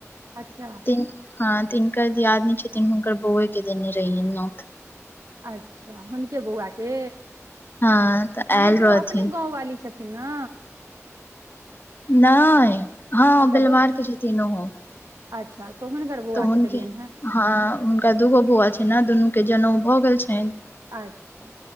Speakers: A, on the right; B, on the left.
A: अच्छा
B: तिन हँ तिनकर दियादनी छथिन हुनकर बौए के देने रहियन नौत
A: अच्छा हुनके बौआ के
B: हँ तऽ
A: अहाँके
B: आयल
A: ओ
B: रहथिन
A: अपने गाँंवाली छथिन ना
B: नहि हँ
A: अच्छा
B: बिलवार
A: दोस्त
B: के छथिन ओहो
A: अच्छा तो हुनकर बौआ
B: तऽ हुनके
A: के देलियनि हेँ
B: हँ हुनका दूगो बौआ छनि न दुनू के जनऊ भऽ गेल छैन
A: अच्छा